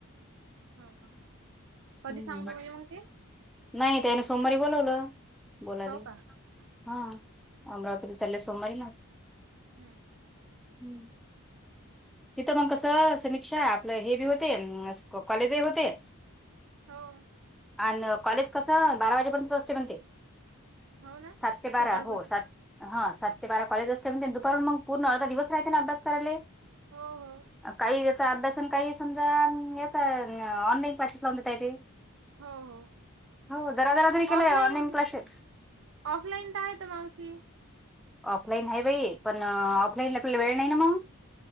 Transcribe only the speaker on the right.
हा ह कधी
सांगतो म्हणले मग ते
हो का
हो का
हम्म
हो
हो ना
सकाळपासून
हो हो
हो हो
ऑफलाईन
ऑफलाईन तर आहे तर मावशी
ह